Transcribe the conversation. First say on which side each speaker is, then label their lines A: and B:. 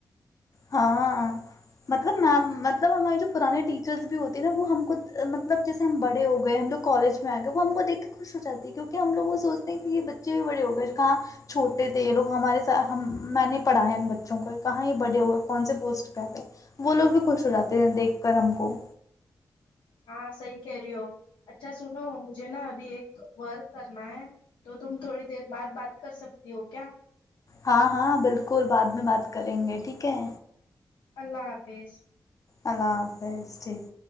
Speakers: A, on the left; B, on the left.
A: ہاں مطلب می مطلب ہمارے جو پرانے ٹیچرس بھی ہوتے ہیں نا وہ ہم کو مطلب جیسے ہم بڑے ہو گئے ہم لوگ کالج میں آئے گئے وہ ہم کو دیکھ کے خوش ہو جاتی ہے کیوںکہ ہم لوگ وہ سوچتے ہیں کہ یہ بچے بڑے ہو گئے کہاں چھوٹے تھے یہ لو ہمارے س میں نے پڑھا ہے ان بچوں کو کہاں یہ بڑے ہو گئے کون سے پوسٹ پہ آ گئے وہ لوگ بھی خوش ہو جاتے ہیں دیکھ کر ہم کو
B: ہاں صحیح کہہ رہی ہو اچھا سنو مجھے نا ابھی ایک ورک کرنا ہے تو تم تھوڑی دیر بعد بات کر سکتی ہو کیا
A: ہاں ہاں بالکل بعد میں بات کریں گے ٹھیک ہے
B: اللہ حافظ
A: اللہ حافظ ٹھیک